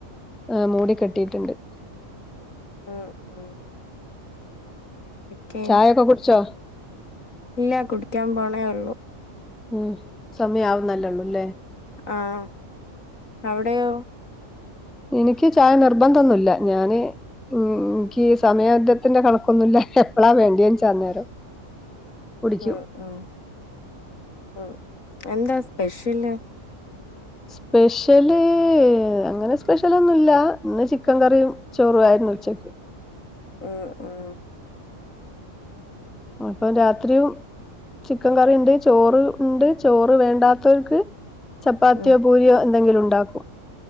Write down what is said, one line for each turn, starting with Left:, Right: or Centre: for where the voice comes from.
Centre: ഹ്‌ മൂടി കെട്ടിട്ടുണ്ട്
Left: ഉം ഉം ഓക്കെ
Centre: ചായൊക്കെ കുടിച്ചോ
Left: ഇല്ല കുടിക്കാൻ പോണേ ഒള്ളു
Centre: ഉം സമയാവുന്നല്ലേള്ളൂല്ലേ
Left: ആഹ്‌ അവിടെയോ
Centre: എനിക്ക് ചായ നിർബന്തൊന്നുല്ല ഞാന് മം എനിക്ക് സമയവിദ്ധത്തിന്റെ കണക്കൊന്നുല്ല എപ്പഴാ വേണ്ടിയെന്ന് വച്ചാ അനേരം കുടിക്യും
Left: ഉം ഉം ഉം എന്താ സ്പെഷ്യല്
Centre: സ്പെഷ്യല്, അങ്ങനെ സ്പെഷ്യലൊന്നുല്ല ഇന്ന് ചിക്കൻ കറിയും ച്ചോറുവായിരുന്നു ഉച്ചക്ക്
Left: ഉം ഉം
Centre: അപ്പം രാത്രിയും ചിക്കൻ കറിണ്ട്, ചോറ് ഇണ്ട്, ചോറ് വേണ്ടാത്തോൽക്ക് ചപ്പാത്തിയോ
Left: ഉം
Centre: പൂരിയോ എന്തെങ്കിലുണ്ടാക്കും